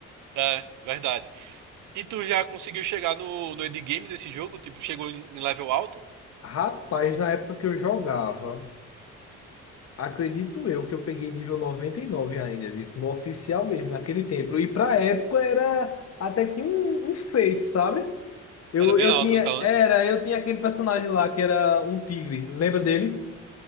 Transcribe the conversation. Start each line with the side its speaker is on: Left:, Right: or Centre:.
Right: é, verdade. E tu já conseguiu chegar no, no endgame desse jogo? Tipo, chegou em, em level alto?
Left: Rapaz, na época que eu jogava. Acredito eu que eu peguei nível 99 ainda, visto, no oficial mesmo, naquele tempo. E pra época era até que um, um feito, sabe? Eu,
Right: Era bem
Left: eu
Right: alto
Left: tinha,
Right: então,
Left: era,
Right: né?
Left: eu tinha aquele personagem lá que era um tigre, lembra dele?